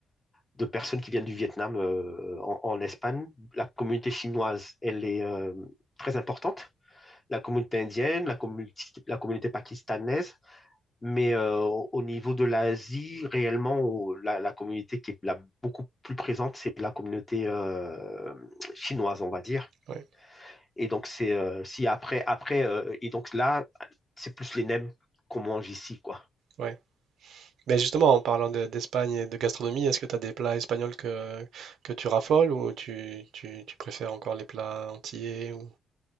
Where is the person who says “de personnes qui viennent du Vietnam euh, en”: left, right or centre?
Left